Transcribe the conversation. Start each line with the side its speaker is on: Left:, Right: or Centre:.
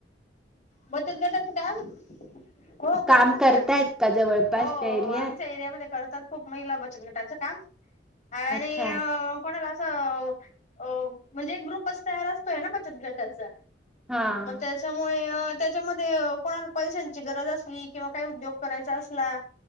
Left: बचत गटाचं काम. हो
Centre: काम
Left: करतात
Centre: करतायत
Left: ना.
Centre: का जवळपासच्या
Left: हो हो
Centre: एरियात
Left: आमच्या एरियामध्ये करतात खूप महिला बचत गट. त्याच काम आणि
Centre: अच्छा
Left: कोणाला चं म्हणजे एक ग्रुपच तयार असतोय ना बचत गटाचा.
Centre: हा.
Left: मग त्याच्यामुळे त्याच्यामध्ये कोणाला पैशांची गरज असली किंवा काही उद्योग करायचा असला.